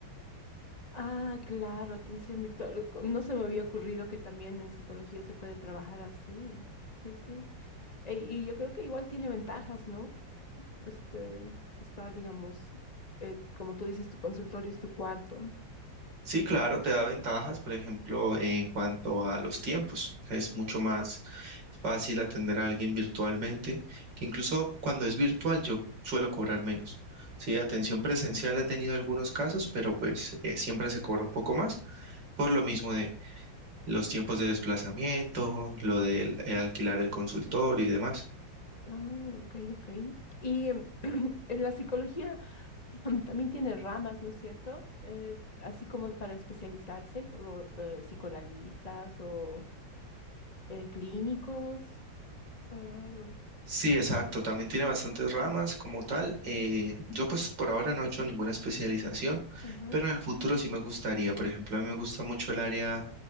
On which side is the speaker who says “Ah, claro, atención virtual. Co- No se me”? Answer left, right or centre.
Left